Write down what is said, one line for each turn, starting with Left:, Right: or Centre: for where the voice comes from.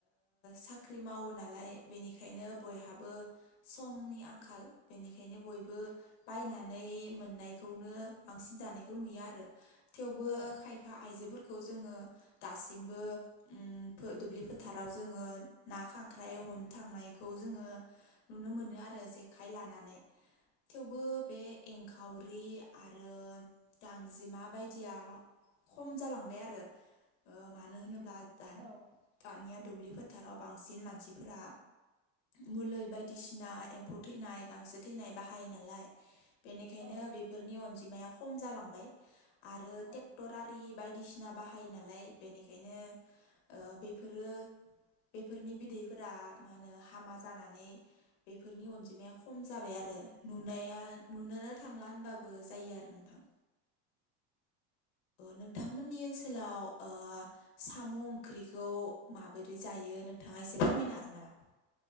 Left: साख्रि मावो नालाय बेनिखायनो बयहाबो समनि आंखाल बेनिखायनो बयबो बायनानै मोननायखौनो बांसिन जानायखौ नुयो आरो। थेवबो
Right: औ
Left: खायफा आइजोफोरखौ खौ जोङो दासिमबो ओ फो दुब्लि फोथाराव जोङो ना खांख्राइ हमनोथांनायखौ जोङो नुनो मोनो आरो जेखाइ लानानै थेवबो बे एंखावरि आरो गांजेमा बायदिया खम जालांबाय आरो मानो होनोब्ला दानि
Right: औ
Left: दानिया दुब्लि फोथाराव बांसिन मानसिफोरा मुलि बायदिसिना एम्फौ थैनाय गांसो थैनाय बाहायो नालाय बेनिखायनो
Right: औ
Left: बेफोरनि अन अनजिमाया खम जालांबाय आरो ट्रेक्टर
Right: औ
Left: आरि बायदिसिना बाहायो नालाय बेनिखायनो ओ बेफोरो बेफोरनि बिदैफोरा मा होनो हामा जानानै बेफोरनि अनजिमाया खम जाबाय आरो नुनाया नुनोनो थांला होनबाबो जायो आरो नोंथां नोंथांमोननि ओनसोलाव साम' ओंख्रिखौ माबोरै जायो नोंथाङा एसे फोरमायनो हागोन नामा?